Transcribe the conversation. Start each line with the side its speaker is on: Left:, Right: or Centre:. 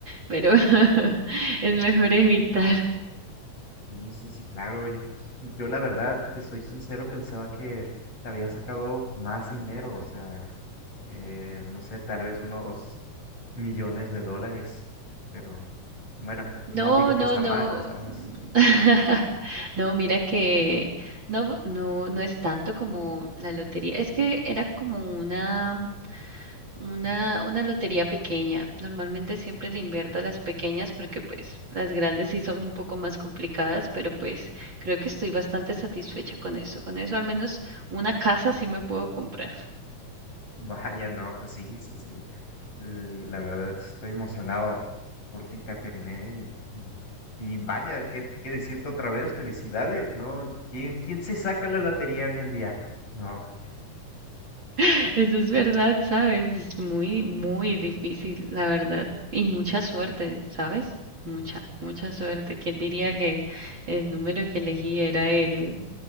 Right: pero <laughs> es mejor evitar.
Left: Sí, sí, sí, claro, oye, pues yo la verdad, te soy sincero, pensaba que te había sacado más dinero, o sea, eh, no sé, tal vez unos millones de dólares, pero bueno, no
Right: No,
Left: digo
Right: no,
Left: que está
Right: no.
Left: mal, ¿sabes?
Right: <laughs> No, mira que no, no, no es tanto como la lotería. Es que era como una, una, una lotería pequeña. Normalmente siempre le invierto a las pequeñas porque pues las grandes sí son un poco más complicadas, pero pues creo que estoy bastante satisfecha con eso. Con eso al menos una casa sí me puedo comprar.
Left: Vaya, no, pues sí, sí, sí. L- La verdad, estoy emocionado por ti, Caterine. Y, y- y vaya, ¿qué, qué decirte otra vez? Felicidades, ¿no? ¿Quién, quién se saca la lotería hoy en día? No.
Right: <laughs> Eso es verdad, ¿sabes? Es muy, muy difícil, la verdad. Y mucha suerte, ¿sabes? Mucha, mucha suerte. ¿Quién diría que el número que elegí era el,